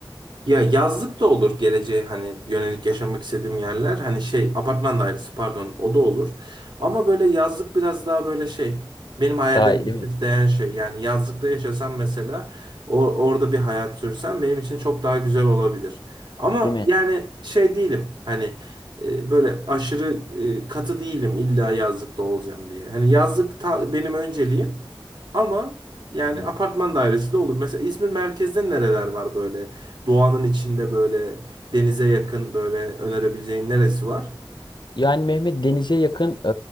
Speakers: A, on the right; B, on the left.
A: Ya yazlık da olur geleceğe hani yönelik yaşamak istediğim yerler. Hani şey apartman dairesi pardon o da olur. Ama böyle yazlık biraz daha böyle şey benim hayallerimi
B: Daha iyi değil mi?
A: süsleyen şey. Yani yazlıkta yaşasam mesela o, orada bir hayat sürsem benim için çok daha güzel olabilir. Ama
B: Değil
A: yani şey değilim hani e, böyle aşırı e, katı değilim illa yazlıkta olacağım diye. Hani yazlık ta- benim önceliğim ama yani
B: mi?
A: apartman dairesi de olur. Mesela İzmir merkezde nereler var böyle? Doğanın içinde böyle denize yakın böyle önerebileceğin neresi var?
B: Yani Mehmet denize yakın. Ee,